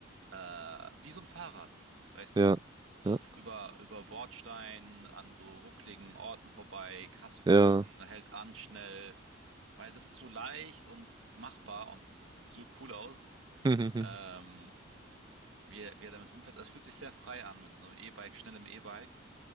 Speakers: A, on the right (about 70°); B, on the right (about 20°).
A: Äh, wie so ein Fahrrad, weißt
B: Ja.
A: du? So
B: Ja.
A: f- über, über Bordsteinen, an so ruckligen Orten vorbei, krasse Kurven,
B: Ja.
A: hält an schnell, weil das ist so leicht und machbar und das sieht so cool aus,
B: <laughs>
A: ähm, wie, er- wie er damit rumfährt. Es fühlt sich sehr frei an mit so einem E-Bike, schnellem E-Bike.